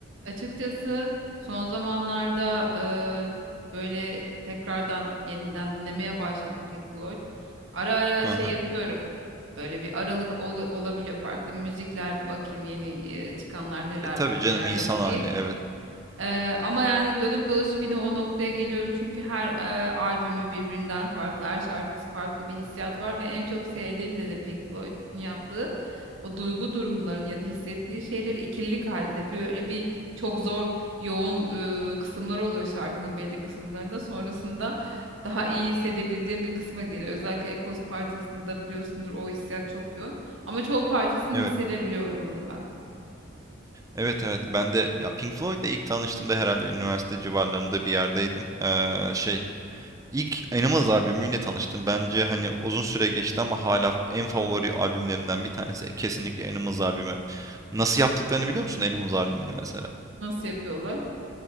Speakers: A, on the right; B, on the right.
A: Açıkçası son zamanlarda eee, böyle tekrardan yeniden dinlemeye başladım Pink Floyd. Ara ara
B: Aha.
A: şey yapıyorum. Böyle bir aralık ol- olabiliyor farklı müzikler bakayım yeni eee, çıkanlar neler
B: E tabii
A: var
B: canım
A: neler
B: insan
A: yok
B: hali
A: diye.
B: evet.
A: Eee, ama yani dönüp dolaşıp yine o noktaya geliyorum çünkü her eee, albümü birbirinden farklı, her şarkısı farklı bir hissiyat var ve en çok sevdiğim de de Pink Floyd'un yaptığı o duygu durumlarını ya da hissettiği şeyleri ikililik halinde bir böyle bir çok zor yoğun e, kısımları oluyor şarkının belli kısımlarında sonrasında daha iyi hissedebildiğim bir kısma geliyor özellikle Ekos parçasında biliyorsundur o hissiyat çok yoğun ama çoğu parçasını
B: Evet.
A: hissedebiliyorum bunu ben
B: Evet evet ben de ya Pink Floyd'la ilk tanıştığımda herhalde üniversite civarlarında bir yerdeydim. Ee, şey ilk Animals albümüyle tanıştım. Bence hani uzun süre geçti ama hala en favori albümlerimden bir tanesi e, kesinlikle Animals albümü. Nasıl yaptıklarını biliyor musun Animals albümünü mesela?
A: nasıl yapıyorlar